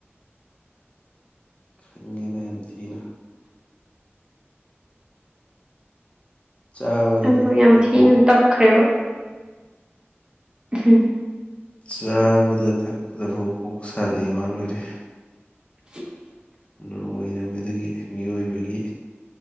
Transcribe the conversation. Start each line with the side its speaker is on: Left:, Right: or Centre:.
Left: ꯈꯪꯉꯦꯅ ꯌꯥꯝ ꯊꯤꯅ ꯆꯥꯕꯗ
Right: ꯑꯗꯨꯗꯣ
Left: ꯊꯛꯄꯗ
Right: ꯌꯥꯝ ꯊꯤꯅ
Left: ꯐꯥꯎ
Right: ꯇꯞꯈ꯭ꯔꯦꯕ ꯎꯝ
Left: ꯆꯥꯕꯗ ꯊꯛꯄꯗ ꯐꯥꯎ ꯀꯣꯛ ꯁꯥꯅꯩ ꯋꯥꯜꯂꯣꯏꯔꯦ
Right: <unintelligible>
Left: ꯌꯥꯝ ꯑꯣꯏꯔꯃꯤ ꯑꯗꯒꯤ ꯃꯤꯑꯣꯏꯕꯒꯤ